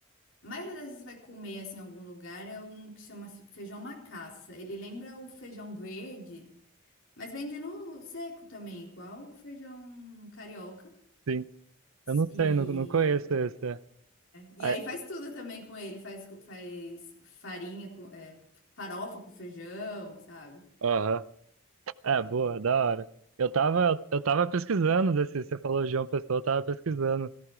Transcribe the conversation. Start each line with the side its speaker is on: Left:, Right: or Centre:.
Left: A maioria das vezes vai comer, assim, em algum lugar, é um que chama feijão macaça. Ele lembra o feijão verde, mas vende no seco também, igual o feijão carioca.
Right: Sim. Eu não
Left: E
Right: sei, não, não conheço esse.
Left: E
Right: Aí,
Left: aí faz tudo também com ele, faz, co- faz farinha com é, farofa com feijão, sabe?
Right: aham.
Left: Aí,
Right: É, boa, da hora. Eu tava, eu tava pesquisando desse, você falou João Pessoa, eu tava pesquisando